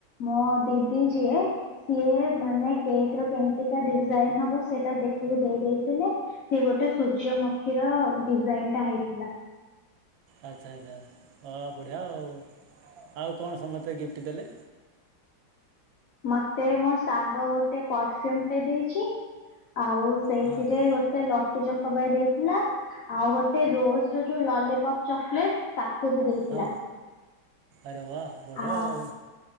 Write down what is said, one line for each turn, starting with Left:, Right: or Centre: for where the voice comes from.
Left: ମୋ ଦିଦି ଯିଏ ସିଏ ମାନେ କେକ୍ ର କେମିତିକା ଡିଜାଇନ ହବ ସେଇଟା ଦେଖିକି ଦେଇ ଦେଇଥିଲେ। ସେ ଗୋଟେ ସୂର୍ଯ୍ୟମଖୀର ଡିଜାଇନ ଟା ହେଇଥିଲା।
Right: ଆଚ୍ଛା ଆଚ୍ଛା ହଁ ବଢ଼ିଆ ଆଉ ଆଉ କଣ ସମୟସ୍ତ ଗିଫ୍ଟ ଦେଲେ।
Left: ମତେ ମୋ ସାଙ୍ଗ ଗୋଟେ ପରଫ୍ୟୁମ ଟେ ଦେଇଛି। ଆଉ ସେଇଥିରେ
Right: ହଁ ହଁ
Left: ଗୋଟେ ଲ ଚକବାଇ ଦେଇଥିଲା। ଆଉ ଗୋଟେ ରୋଜ ର ଯୋଉ ଲଲିପପ୍ ଚକୋଲେଟ ବି ଦେଇଥିଲା।
Right: ହଁ ଆରେ ବାହ ବଢ
Left: ଆ
Right: ଆଉ।